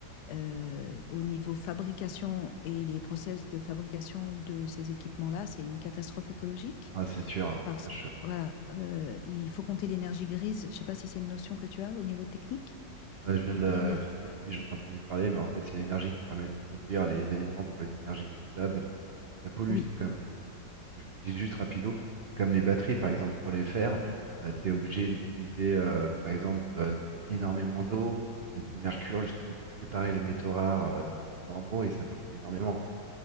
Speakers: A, on the left (about 75°); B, on the right (about 80°).
A: euh, au niveau fabrication et les process de fabrication de ces équipements-là, c'est une catastrophe écologique
B: ah, c'est sûr. hein.
A: parce
B: Ça, je-
A: que, voilà, euh, il faut compter l'énergie grise. Je ne sais pas si c'est une notion que tu as au niveau technique.
B: Bah, je viens de la...
A: L'éner-
B: Si, si, j'en ai entendu parler, mais en fait, c'est l'énergie qui permet de produire les éléments pour les énergies renouvelables. Ça pollue,
A: Oui,
B: c'est comme, euh, je dis juste rapido, c'est comme les batteries, par exemple, pour les faire, tu es obligé d'utiliser, euh, par exemple, euh, énormément d'eau, euh, du mercure, justement, pour séparer les métaux rares, euh, des métaux normaux, et ça pollue énormément.